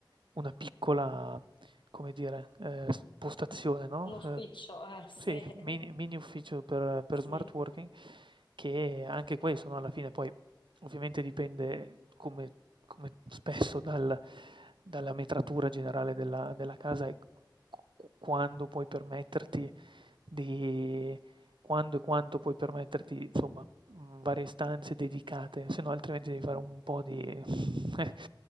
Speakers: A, on the right (about 80°); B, on the left (about 80°).
A: una piccola come dire, ehm, s postazione, no,
B: un ufficio,
A: ehm,
B: eh, sì,
A: sì,
B: <laughs>
A: mini mini ufficio per per
B: sì,
A: smart working che anche questo, no, alla fine poi ovviamente dipende come come spesso dal dalla metratura generale della della casa e q q quando puoi permetterti di quando e quanto puoi permetterti, insomma, mhmm, varie stanze dedicate, se no altrimenti devi fare un po' di <laughs>